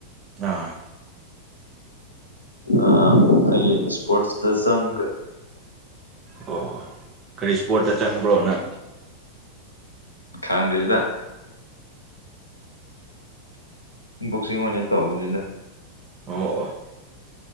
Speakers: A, on the right; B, on the left.
A: ꯑꯥ
B: ꯑ ꯑꯩ ꯏꯁꯄꯣꯠꯁ ꯁꯒ
A: ꯑꯣ ꯀꯔꯤ ꯏꯁꯄꯣꯔꯠꯇ ꯆꯪꯕ꯭ꯔꯣ ꯅꯪ
B: ꯈꯝꯗꯗ ꯕꯣꯛꯁꯤꯡ ꯑꯣꯏꯅ ꯇꯧꯕꯅꯤꯗ
A: ꯑꯣ ꯑꯣ